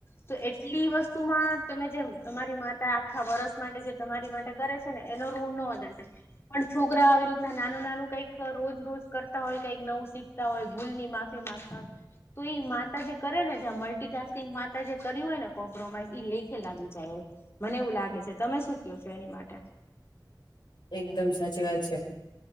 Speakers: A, on the left (about 30°); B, on the left (about 70°).
A: તો એટલી વસ્તુમાં તમે જે તમારી માતા આખા વરસ માટે જે તમારી માટે- -કરે છે ને એનો ઋણ નો <unintelligible> પણ છોકરા આવી રીતના નાનું નાનું કઈક રોજ રોજ કરતા હોય કઈક નવું શીખતા હોય ભૂલની મા- -ફી માંગતા હોય. તો ઈ માતા જે કરે ને જ્યાં મલ્ટિટાસ્કિંગ માતા જે કર્યું હોયને કોમ્પ્રોમાઈઝ એ લેખે લાગી જાય એમ. મને એવું લાગે છે તમે શું ક્યું છો એની માટે?
B: એકદમ સાચી વાત છે